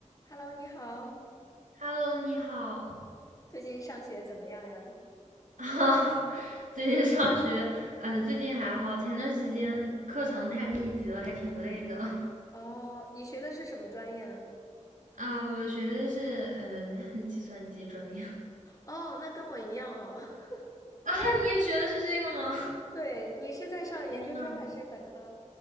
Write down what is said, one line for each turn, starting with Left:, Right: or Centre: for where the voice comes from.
Left: Hello，你好，
Right: Hello，你好。
Left: 最近上学怎么样呀？
Right: <laughs> 啊，最近上学，呃，最近还好，前段时间课程太密集了，还挺累的。
Left: 哦，你学的是什么专业呢？
Right: 啊，我学的是嗯、呃 <laughs> 计算机专业。<laughs>
Left: 哦，那跟我一样哦。<laughs>
Right: 啊，你也学的是这个吗？
Left: 对，你是在上研究生还是本科？
Right: 天呐，